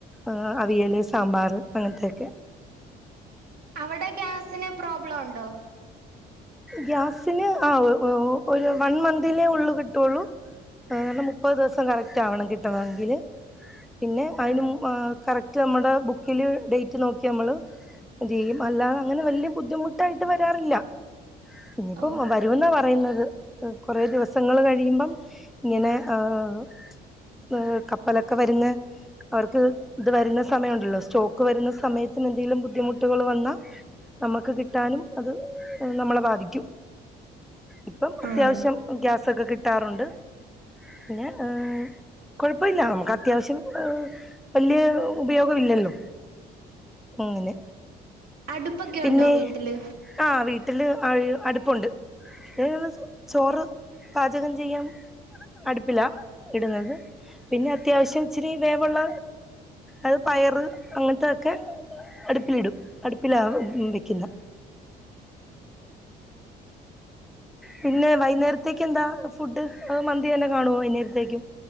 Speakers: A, in the centre; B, on the right.
A: ആഹ് അവിയല് സാമ്പാറ് അങ്ങനത്തൊക്കെ
B: അവടെ ഗ്യാസിന് പ്രോബ്ലം ണ്ടോ
A: ഗ്യാസിന് ആഹ് ഒ ഒ ഒരു വൺമന്തിലെ ഒള്ളു കിട്ടുള്ളൂ മുപ്പത് ദിവസം കറക്റ്റാവണം കിട്ടണങ്കില് പിന്നെ അയിനു
B: ഓ
A: മു ആഹ് കറക് റ്റ് നമ്മടെ ബുക്കിലെ ഡേറ്റ് നോക്കി നമ്മള് ഇതെയ്യും അല്ലാതെ അങ്ങനെ വല്ല്യ ബുധിമുട്ടായിട്ട് വ രാറില്ല ഇനിയിപ്പം
B: ഓ
A: വരുവെന്ന പറയുന്നത് കൊറെ ദിവസങ്ങള് കഴിയുമ്പം ഇങ്ങനെ ആഹ് ഏഹ് കപ്പലൊക്കെ വരുന്നെ അവർക്ക് ഇത് വരുന്ന സമയുണ്ടല്ലോ സ്റ്റോക്ക് വരുന്ന സമയത്തിനെന്തെലും ബുദ്ധിമുട്ടുകള് വന്നാ നമുക്ക് കിട്ടാനും അത് നമ്മളെ ബാധിക്കും ഇപ്പം അത്യാവശ്യം
B: ആഹ്
A: ഗ്യാ സൊക്കെ കിട്ടാറുണ്ട് പിന്നെ ഏഹ് കൊഴപ്പല്യ നമുക്ക് അത്യാവശ്യം വല്യാ ഉപയോഗമില്ലല്ലോ അങ്ങനെ
B: അടുപ്പൊക്കെ
A: പിന്നെ
B: ഉണ്ടോ വീട്ടില്
A: ആഹ് വീട്ടില് അ അടുപ്പുണ്ട്. ഇ ചോറ് പാചകം ചെയ്യാൻ അടുപ്പില ഇടുന്നത് പിന്നെ അത്യാവശ്യം ഇച്ചിരി വേവുള്ള അത് പയറ് അങ്ങനത്തൊക്കെ അടുപ്പിലിടും അടുപ്പില വെക്കുന്നെ പിന്നെ വൈന്നേരത്തേക്കെന്താ ഫുഡ് അ മന്തിന്നെ കാണോ വൈന്നേരത്തേക്